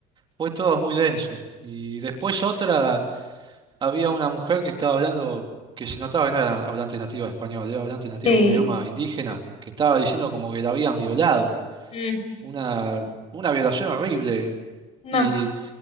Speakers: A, on the right; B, on the left.
A: fue todo muy denso. Y después otra, había una mujer que estaba hablando, que se notaba que no era hablante nativa de español, era hablante nativa
B: Sí.
A: de un idioma indígena, que estaba diciendo como que la habían violado,
B: Mm,
A: una, una violación horrible.
B: no.
A: Y